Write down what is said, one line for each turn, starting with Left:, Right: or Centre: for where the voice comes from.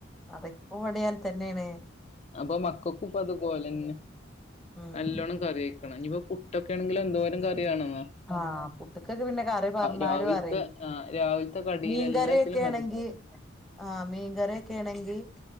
Centre: കറിക്ക് ഇവടി അങ്ങൻ തന്നേണ്.
Left: അപ്പം മക്കക്കും ഇപ്പ അതുപോലെന്നെ.
Centre: ഉം
Left: നല്ലോണം കറി ഒഴിക് കണം. ഇഞ്പ്പം പുട്ടൊക്കേണെങ്കില് എന്തോരം കറി വേണം ന്നോ.
Centre: ആഹ് പുട്ട്ക്കൊക്കെ പിന്നെ കറി പാർന്നാലും
Left: രാവിലത്തെ
Centre: അറീല്ല.
Left: ആ, രാവിലത്തെ കടിയിൽ
Centre: മീൻകറിയൊക്കേണെങ്കി
Left: എല്ലാത്തിലും കഥ
Centre: ആഹ് മീൻകറിയൊക്കേണെങ്കി